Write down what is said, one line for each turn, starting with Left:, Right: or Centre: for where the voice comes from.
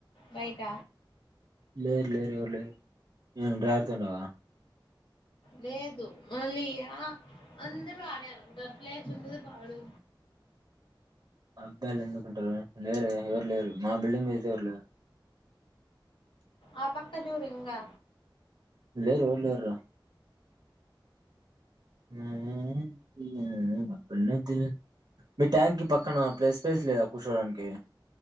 Left: బయట
Right: లే లేరు ఎవరు లేరు ఏం డ్రాయర్ తో ఉన్నావా
Left: లేదు మళ్ళీయా అందరూ ఆడారు దప్పలేసి ఉన్నది పాడు
Right: అబ్బాయిలు ఎందుకుంటారు లేేరు ఎవరు లేరు మా బిల్డింగ్ మీదతే ఎవరు లేరు
Left: ఆ పక్క జూరు ఇంగా
Right: లేరు లరు రా ఉమ్ ఉ ఉమ్ అప్పుడ మీ ట్యాంక్ పక్కన ప్లేస్ ప్లేస్ లేదా కూర్చోడానికి